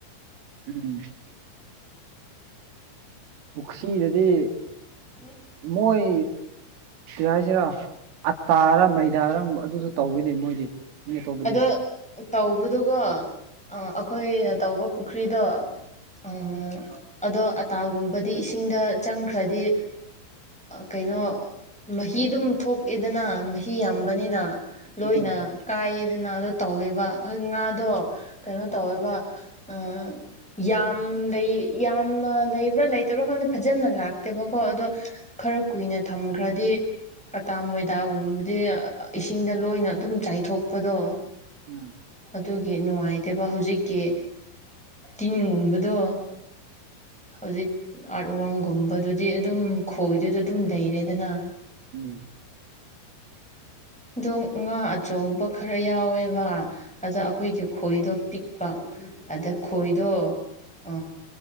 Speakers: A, on the right; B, in the centre.
A: ꯎꯝ ꯄꯨꯈ꯭ꯔꯤꯗꯗꯤ
B: ꯎ
A: ꯃꯣꯏ ꯇꯤ ꯍꯥꯏꯁꯤꯔ ꯑꯇꯥꯔ ꯃꯩꯗꯥꯔ ꯑꯗꯨꯁꯨ ꯇꯧꯕꯋꯅꯦ ꯃꯣꯏꯗꯤ ꯃꯤ ꯑꯇꯣꯞꯄꯗꯤ
B: ꯑꯗꯣ ꯇꯧꯕꯗꯨꯀꯣ ꯑꯩꯈꯣꯏꯅ ꯇꯧꯕ ꯄꯨꯈ꯭ꯔꯤꯗꯣ ꯎꯝ ꯑꯗꯣ ꯑꯇꯥꯒꯨꯝꯕꯗꯤ ꯏꯁꯤꯡꯗ ꯆꯪꯈ꯭ꯔꯗꯤ ꯀꯩꯅꯣ ꯃꯍꯤꯗꯨꯝ ꯊꯣꯛꯑꯦꯗꯅ ꯃꯍꯤ ꯌꯥꯝꯕꯅꯤꯅ ꯂꯣꯏꯅ
A: ꯎꯝ
B: ꯀꯥꯏꯌꯦꯗꯅ ꯑꯗꯨ ꯇꯧꯋꯦꯕ ꯉꯥꯗꯣ ꯀꯩꯅꯣ ꯇꯧꯋꯦꯕ ꯑꯥ ꯌꯥꯝ ꯂꯩ ꯌꯥꯝꯅ ꯂꯩꯕ꯭ꯔꯥ ꯂꯩꯇꯕ꯭ꯔꯥ ꯈꯪꯗꯦ ꯐꯖꯅ ꯂꯥꯛꯇꯦꯕꯀꯣ ꯑꯗꯣ ꯈꯔ ꯀꯨꯏꯅ ꯊꯝꯈ꯭ꯔꯗꯤ ꯑꯇꯥ ꯃꯣꯏꯗꯥꯒꯨꯝꯕꯗꯤ ꯏꯁꯤꯡꯗ ꯂꯣꯏꯅ ꯑꯗꯨꯝ ꯆꯥꯏꯊꯣꯛꯄꯗꯣ
A: ꯎꯝ
B: ꯑꯗꯨꯒꯤ ꯅꯨꯡꯉꯥꯏꯇꯕ ꯍꯧꯖꯤꯛꯀꯤ ꯇꯤꯟꯒꯨꯝꯕꯗꯣ ꯍꯧꯖꯤꯛ ꯑꯥꯔꯠ ꯋꯥꯔꯝꯒꯨꯝꯕꯗꯨꯗꯤ ꯑꯗꯨꯝ ꯈꯣꯏꯗꯨꯗ ꯑꯗꯨꯝ ꯂꯩꯔꯦꯗꯅ
A: ꯎꯝ
B: ꯑꯗꯣ ꯉꯥ ꯑꯆꯧꯕ ꯈꯔ ꯌꯥꯎꯋꯦꯕ ꯑꯗ ꯑꯩꯈꯣꯏꯒꯤ ꯈꯣꯏꯗꯣ ꯄꯤꯛꯄ ꯑꯗ ꯈꯣꯏꯗꯣ ꯑ